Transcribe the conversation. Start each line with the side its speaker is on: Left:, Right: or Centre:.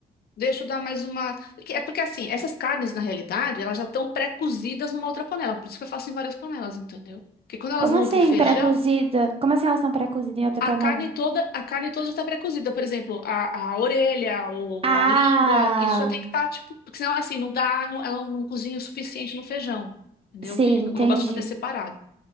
Left: deixo dar mais uma. É porque assim, essas carnes, na realidade, elas já estão pré-cozidas numa outra panela. Por isso que eu faço em várias panelas, entendeu? Porque quando elas
Right: Como
Left: vão
Right: assim
Left: pro feijão,
Right: pré-cozida? Como assim elas estão pré-cozidas em outra
Left: a
Right: panela?
Left: carne toda, a carne toda já está pré-cozida. Por exemplo, a, a orelha, o,
Right: Ah,
Left: a língua, isso já tem que estar, tipo, porque senão assim, não dá, não, ela não cozinha o suficiente no feijão. Entendeu?
Right: sim,
Left: Eu,
Right: entendi.
Left: como eu gosto de fazer separado.